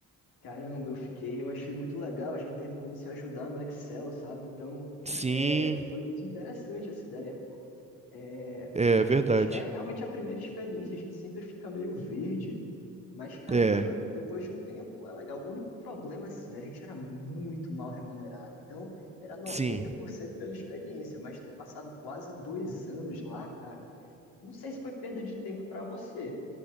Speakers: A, on the left (about 60°); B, on the right (about 15°).
A: Caramba, eu fiquei, eu achei muito legal. A gente teve como se ajudar no Excel, sabe? Então,
B: Sim,
A: é, foi muito interessante essa ideia, pô. É,
B: é
A: ah,
B: verdade.
A: mas é realmente a primeira experiência. A gente sempre fica meio verde. Mas caramba,
B: É,
A: depois de um tempo é legal. O único problema, assim, a gente era muito mal remunerado. Então, era 90%
B: sim,
A: pela experiência, mas ter passado quase dois anos lá, cara, não sei se foi perda de tempo para você,